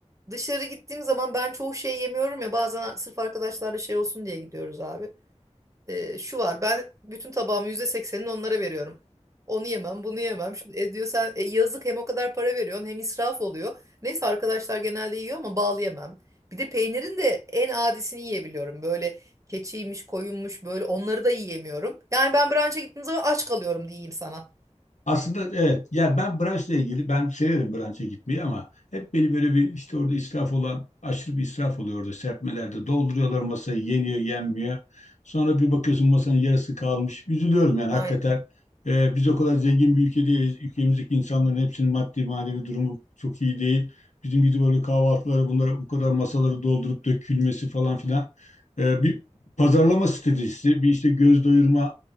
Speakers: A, on the right; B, on the left.
A: dışarı gittiğim zaman ben çoğu şey yemiyorum ya bazen sırf arkadaşlarla şey olsun diye gidiyoruz abi. Ee, şu var ben bütün tabağımı yüzde seksenini onlara veriyorum. Onu yemem, bunu yemem. Şunu, e, diyor sen e, yazık hem o kadar para veriyorsun hem israf oluyor. Neyse arkadaşlar genelde yiyor ama bal yemem. Bir de peynirin de en adisini yiyebiliyorum. Böyle keçiymiş, koyunmuş böyle onları da yiyemiyorum. Yani ben brunch'a gittiğim zaman aç kalıyorum diyeyim sana.
B: Aslında evet. Yani ben branşla ilgili ben severim branşa gitmeyi ama hep beni böyle bir işte orada israf olan aşırı bir israf oluyor orada serpmelerde. Dolduruyorlar masayı yeniyor yenmiyor. Sonra bir bakıyorsun masanın yarısı kalmış. Üzülüyorum yani
A: Aynen
B: hakikaten. Ee, biz o kadar zengin bir ülke değiliz. Ülkemizdeki insanların hepsinin maddi manevi durumu çok iyi değil. Bizim gibi böyle kahvaltıları bunlara bu kadar masaları doldurup dökülmesi falan filan. Ee, bir pazarlama stratejisi, bir işte göz doyurma